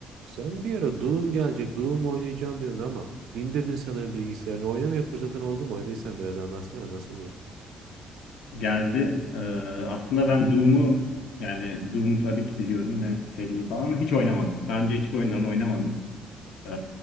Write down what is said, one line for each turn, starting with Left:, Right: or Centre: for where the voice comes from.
Right: Sen bir ara Doom gelecek, Doom oynayacağım diyordun ama indirdin sanırım bilgisayarını. Oynamaya fırsatın oldu mu? Oynadıysan biraz anlatsana nasıl oyun.
Left: geldi. Ee, aslında ben Doom'u yani Doom'u tabii ki biliyorum ne seriyi falan ama hiç oynamadım. Daha önce hiçbir oyunlarını oynamadım. Ee,